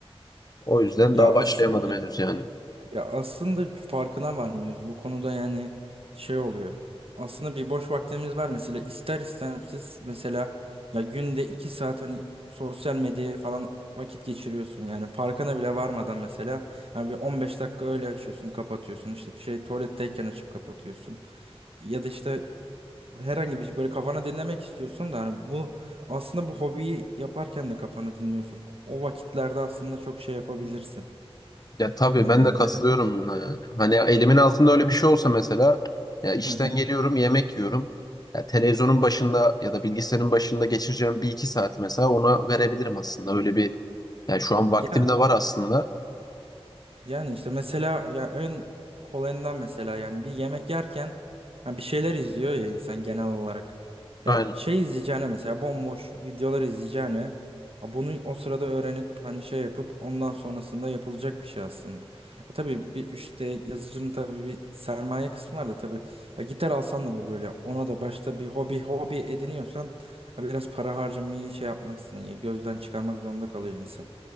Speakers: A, on the left (about 40°); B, on the right (about 65°).
A: O yüzden
B: ya
A: daha
B: aslında
A: başlayamadım
B: ya,
A: henüz yani.
B: ya aslında farkına varmıyoruz. Bu konuda yani şey oluyor. Aslında bir boş vaktimiz var mesela ister istemsiz mesela ya günde 2 saat hani sosyal medyaya falan vakit geçiriyorsun yani farkına bile varmadan mesela yani bir 15 dakika öyle açıyorsun kapatıyorsun işte şey tuvaletteyken açıp kapatıyorsun ya da işte Herhangi bir şey böyle kafana dinlemek istiyorsun da hani bu aslında bu hobiyi yaparken de kafana dinliyorsun. O o vakitlerde aslında çok şey yapabilirsin.
A: Ya tabii
B: Ee,
A: ben de katılıyorum
B: neden?
A: buna yani. Hani elimin altında öyle bir şey olsa mesela ya işten
B: Hı hı.
A: geliyorum yemek yiyorum. Ya televizyonun başında ya da bilgisayarın başında geçireceğim bir iki saat mesela ona verebilirim aslında. Öyle bir yani şu an
B: Ya
A: vaktim de var aslında.
B: Yani işte mesela ya en kolayından mesela yani bir yemek yerken ha bir şeyler izliyor ya insan genel olarak. Ya
A: Aynen.
B: şey izleyeceğine mesela bomboş videolar izleyeceğine ha bunu o sırada öğrenip hani şey yapıp ondan sonrasında yapılacak bir şey aslında. Ya tabii bir işte yazıcının tabii bir sermaye kısmı var da tabii ya gitar alsan da mı böyle ona da başta bir hobi hobi ediniyorsan ya biraz para harcamayı şey yapmaksın ya gözden çıkarmak zorunda kalıyor insan.